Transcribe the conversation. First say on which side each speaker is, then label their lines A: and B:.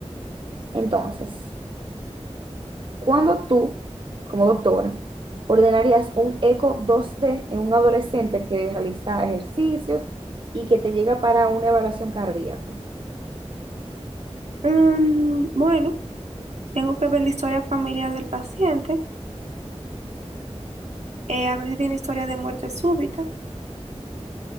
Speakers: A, on the right; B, on the right.
A: entonces, ¿cuándo tú, como doctora, ordenarías un eco 2D en un adolescente que realiza ejercicios y que te llega para una evaluación cardíaca?
B: Mm, bueno. Tengo que ver la historia familiar del paciente, eh, a ver si tiene historia de muerte súbita.